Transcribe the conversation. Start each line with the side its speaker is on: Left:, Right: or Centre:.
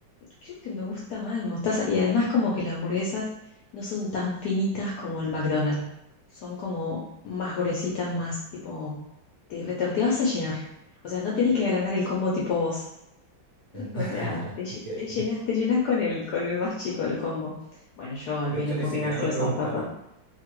Left: creo que me gusta más el mostaza. Y además como que las hamburguesas no son tan finitas como el McDonald's. Son como más gruesitas, más tipo, te, te- te vas a llenar. O sea, no tenés que agrandar el combo tipo vos.
Right: <laughs>
Left: O sea, te, lle-
Right: Es que,
Left: te llenas, te llenas con el, con el más chico del combo. Bueno, yo al
Right: de
Left: menos,
Right: hecho, ni
Left: porque
Right: siquiera
Left: gaseosa,
Right: me preguntaron.
Left: papa.